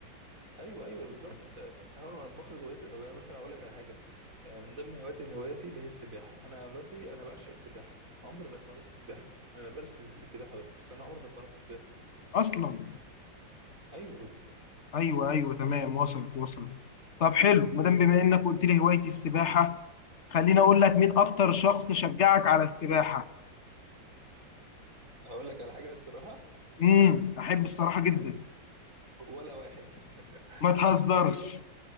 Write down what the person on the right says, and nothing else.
ايوه ايوه بالظبط انت اول ما باخد هوايات أبقى مثلا اقول لك على حاجه آه، من ضمن هواياتي الهواياتي اللي هي السباحه انا دلوقتي انا بعشق السباحه عمري ما اتمرنت سباحه انا بمارس الس- السباحه بس بس انا عمري ما اتمرنت سباحه
ايوه بالظبط.
هقول لك على حاجه الصراحه
ولا واحد <laughs>